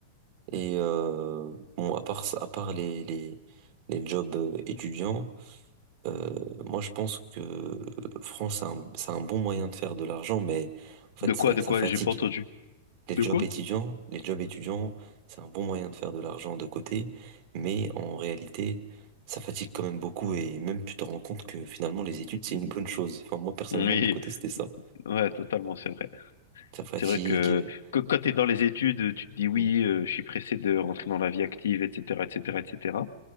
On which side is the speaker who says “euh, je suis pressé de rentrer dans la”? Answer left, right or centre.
Left